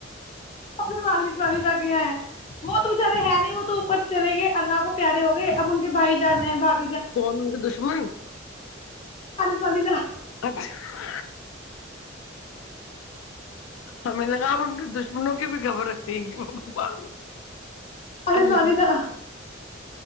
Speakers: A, on the left; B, on the left.
A: ا والد والد آگ یہ ہے وہ تو بچارے ہیں نہیں وہ تو اوپر چلے گئے اللہ کو پیارے ہو گئے اب ان کے بھائی جان رہے ہیں بھگ
B: کون مجھے دشمنی
A: پ نہا
B: اچھا ہمیں لگاپ ان کے دشمنوں کی بھی گبر رکھتی ہیں کہ وہ ب
A: والد
B: اللہ
A: والدہ